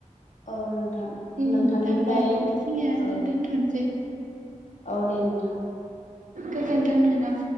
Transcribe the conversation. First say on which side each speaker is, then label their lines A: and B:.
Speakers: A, on the left; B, on the right.
A: औ नोंथां
B: दिनैनि
A: नोंथांनिफ्राय
B: थाखाय बेखिनियानो
A: औ
B: दोनथ'नोसै
A: औ दे नोंथां
B: गोजोनथों नोंथां